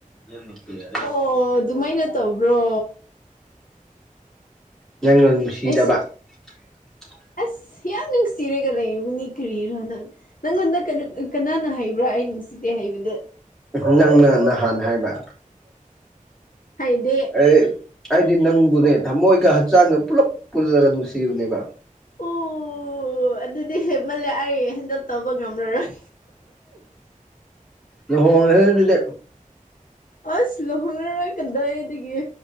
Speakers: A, in the centre; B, on the left.
A: ꯌꯦꯅꯤꯄꯤ ꯌꯥ
B: ꯑꯣ ꯑꯗꯨꯃꯥꯏꯅ ꯇꯧꯕ꯭ꯔꯣ
A: ꯌꯥꯂꯔꯅꯤ
B: ꯑꯩꯁꯨ
A: <inaudible>
B: ꯑꯁ ꯌꯥꯝ ꯅꯨꯡꯁꯤꯔꯒ ꯂꯩꯅꯤ ꯀꯔꯤꯔꯣ ꯅꯪ ꯅꯪꯉꯣꯟꯗ ꯀꯅꯥꯅ ꯍꯩꯕ꯭ꯔꯥ ꯑꯩ ꯅꯨꯡꯁꯤꯠꯇꯦ ꯍꯩꯕꯗ
A: ꯎ ꯅꯪꯅ ꯅꯍꯥꯟ ꯍꯥꯏꯕ
B: ꯍꯥꯏꯗꯦ
A: ꯑꯦ ꯑꯩꯗꯤ ꯅꯪꯕꯨꯅꯦ ꯊꯃꯣꯏꯒ ꯍꯛꯆꯥꯡꯒ ꯄꯨꯜꯂꯞ ꯄꯨꯜꯂꯒ ꯅꯨꯡꯁꯤꯕꯅꯦꯕ
B: ꯑꯣ ꯑꯗꯨꯗꯤ ꯍꯦꯃꯜꯂꯦ ꯑꯩ ꯍꯦꯟꯗꯜ ꯇꯧꯕ ꯉꯝꯂꯔꯣꯏ
A: ꯎꯝ ꯍꯣꯡꯁꯦ ꯑꯗꯨꯗꯤ
B: ꯑꯁ ꯂꯨꯍꯣꯡꯅꯔꯣꯏ ꯀꯗꯥꯏꯒꯦ